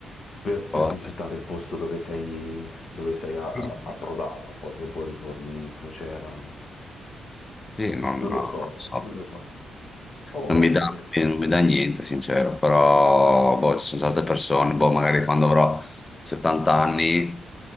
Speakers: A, on the left; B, on the left.
A: per, per
B: Oh,
A: visitare il posto dove sei, dove sei a- a-
B: Sì,
A: approdato, poi dopo ritorni in crociera,
B: sì, non,
A: non
B: no,
A: lo so,
B: non lo so.
A: non lo so, o
B: Non mi
A: anche
B: dà,
A: me.
B: non mi dà niente, sincero, però boh, ci sono certe persone, boh, magari quando avrò 70 anni,